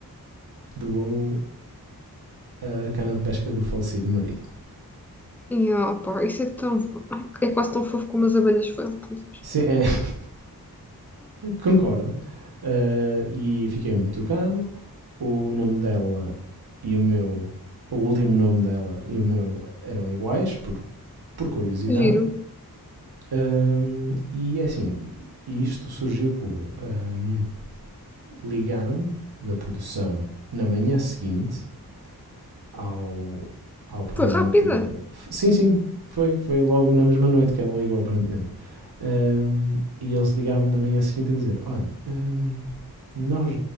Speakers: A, on the right; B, in the centre.
A: doou a cana de pesca do falecido marido.
B: E, opa, isso é tão... Ai, é quase tão fofo como as abelhas felpudas.
A: Sim, é, <laughs> concordo. Uh, e fiquei muito tocado. O nome dela e o meu, o último nome dela e o meu eram iguais, por, por curiosidade.
B: Que Giro.
A: Um, e é assim, isto surgiu como? Um, Ligaram-me da produção na manhã seguinte ao, ao programa
B: Foi rápida.
A: ter. Sim, sim, foi, foi logo na mesma noite que ela ligou, aparentemente. Um, e eles ligaram-me na manhã seguinte a dizer: Olha, um, nós,